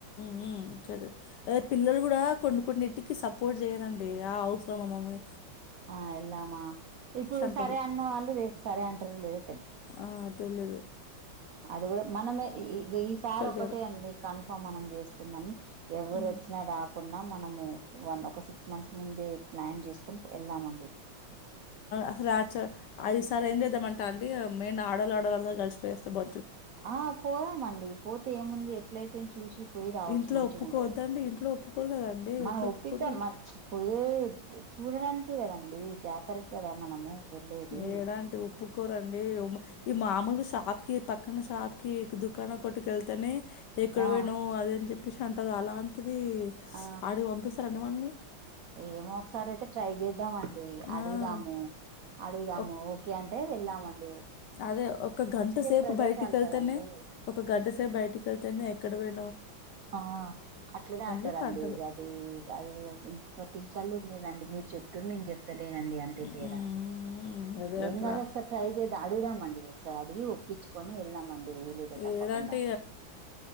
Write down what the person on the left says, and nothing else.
హ్మ్మ్ సరే పిల్లలు కూడా కొన్ని కొన్నింటికి సపోర్ట్ చేయ్యరండి ఆ హౌ <unintelligible> మమ్మి
అంటారు.
ఆ తెలియదు
చేయరు.
హ్మ్.
అసలు ఆచ ఈ ససారి ఏం ఎంజేద్దామంటె అండి మేన్ ఆడలు ఆడాళ్ళందరూ గడిచిపోయేస్తే బ
ఇంట్లో
ఒప్పుకోవద్దండి.
ఇంట్లో ఒప్పుకోరు గదండీ.
ఎట్లా
ఒప్పుకుంటారు?
ఏడాంటి ఉప్పుకోరండి ఈ మామూలు శా పక్కన షాప్ కి దుకాణ కొట్కెళ్తానే ఎక్కడ
పోను అద అని చెప్పి ప్రశాంతం గా అంటుంది అలాంటిది
అడిగి పంపిస్తారండి మళ్ళని
ఆ!
ఒక్
అదే ఒక గంట సేపు
బయటికి వెళ్తేనే
ఒక గంట సేపు బయటిక వెళ్తేనే ఎక్కడ వె
చెప్పి అంటారు.
హ్మ్.
అదే
అంటారా
ఏడంటే